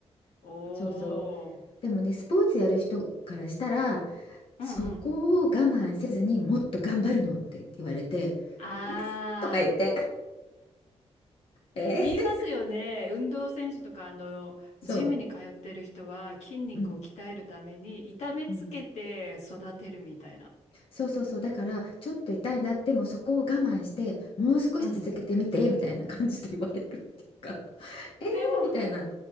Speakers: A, on the left; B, on the left.
A: おー。
B: そうそう。でもね、スポーツやる人からしたら、そこを我慢せずにもっと頑張るのって言われて、
A: うんうん。あー。
B: えとか言って、え
A: 言いますよね。運動選手とか、あの、
B: そう、
A: ジムに通ってる人は筋肉を鍛えるために痛めつけて育てるみたいな。
B: うん、うん、そうそうそう、だからちょっと痛いな、でもそこを我慢して、もう少し続けてみてみたいな感じで言われるっていうか、
A: うん。
B: <laughs> えー、
A: でも、
B: みたいな、